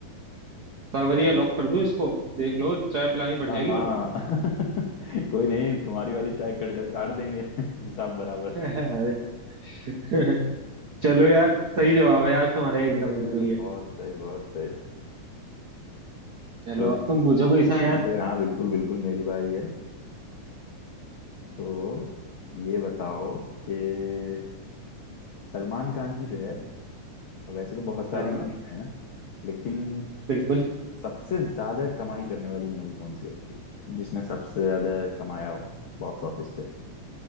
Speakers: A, on the right; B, on the left.
A: सावरिया लॉक कर दो इसको देख लो चाय पिलानी पड़
B: हाँ
A: जाएगी वरना
B: <laughs> कोई नहीं तुम्हारी वाली चाय कट जा काट देंगे <laughs> हिसाब बराबर
A: <laughs> अरे <laughs> चलो यार सही जवाब है यार तुम्हारा एकदम
B: अरे
A: बिल्कुल ही है
B: बहुत सही बहुत सही
A: चलो
B: तो
A: अब तुम पूछो कोई सा यार
B: अरे हाँ बिल्कुल बिल्कुल मेरी बारी है तो ये बताओ कि सलमान खान की जो है वैसे तो बहुत सारी
A: हाँ
B: मूवीज है ना लेकिन
A: बिल्कुल
B: सबसे ज्यादा कमाई करने वाली मूवी कौन सी है उसकी जिसने सबसे ज्यादा कमाया हो बॉक्स ऑफिस पे